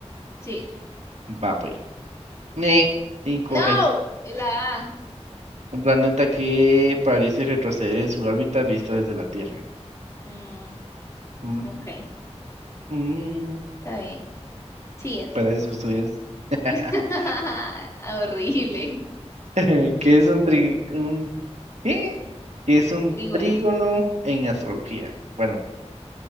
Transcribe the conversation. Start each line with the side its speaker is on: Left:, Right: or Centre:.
Left: Sí.
Right: Va, pues. Ne, incorrecto.
Left: No, es la A.
Right: Un planeta que parece retroceder en su órbita visto desde la Tierra.
Left: Mm,
Right: Mm,
Left: ok,
Right: mm,
Left: está bien. Siguiente.
Right: Para eso estudias. <laughs>
Left: <laughs> Horrible.
Right: ¿Qué es un tri- un qué? ¿Qué es un
Left: Trígono.
Right: trígono en astrología? Bueno,